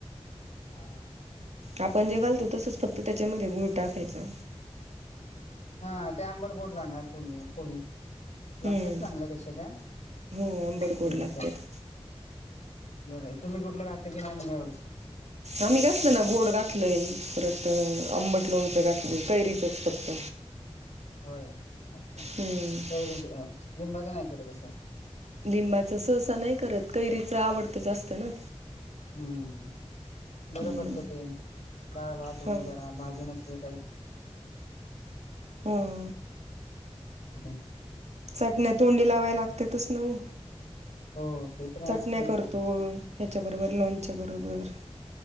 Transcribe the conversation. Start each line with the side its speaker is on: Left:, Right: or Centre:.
Left: हा हा.
Right: आपण जे घालतो तसचं फक्त त्याच्यामध्ये गुळ टाकायचा.
Left: हा ते आंबटगोड लागणार फुली फोडी लागतात
Right: हम्म
Left: चांगल्या तश त्या
Right: हो आंबट
Left: केलं
Right: गोड लागतेत.
Left: तर बरं आहे तुम्ही कुठलं घातलं की नाही म ह्या वर्षी?
Right: आम्ही घातलं ना गोड घातलंय परत आंबट लोणचं घातलं कैरीचंच फक्त.
Left: होय अच्छा
Right: हम्म
Left: कैरीचा, अ लिंबाचा नाही कर असं
Right: लिंबाचा सहसा नाही करत कैरीचं आवडतं जास्त ना.
Left: हम्म, बरं
Right: हम्म
Left: पडतं ते डाळ भात हे
Right: हा
Left: जरा भाजी नसते
Right: हा
Left: <unintelligible>
Right: चटण्या तोंडी लावाय लागतेतच न ओ.
Left: हो ते तर आहेच
Right: चटण्या
Left: की
Right: करतो ह्याच्या बरोबर लोणच्या बरोबर.